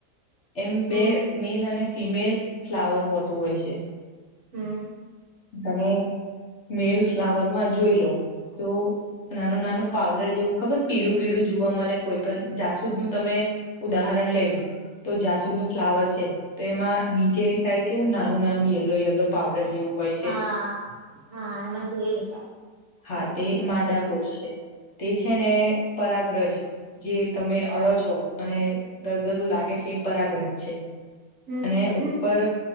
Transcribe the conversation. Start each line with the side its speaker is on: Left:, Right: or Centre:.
Left: એમ બે
Right: હમ
Left: મેલ અને ફિમેલ ફ્લાવર હોતું, હોય છે.
Right: હમ્મ.
Left: તમે મેલ ફ્લાવરમા જોઈ, લો. તો નાનું નાનું પાવડર, જેવું ખબર પીળું પીળું જોવા, મળે કોઈ પણ જાસૂદનું તમે ઉદાહરણ લઈ, લો તો જાસુદ નું ફ્લાવર છે, તો એમાં નીચેની સાઈડ કેવું નાનું, નાનું યલો, યલો પાવડર જેવું. હોય છે
Right: હા, હા એમાં જોયેલું છે.
Left: હા, તે માદા કોષ છે. તે છેને પરાગ્રજ, જે તમે અડો છો, અને દર દરું લાગે છે. પરાગ્રત છે,
Right: હમ
Left: અને
Right: હમ
Left: ઉપર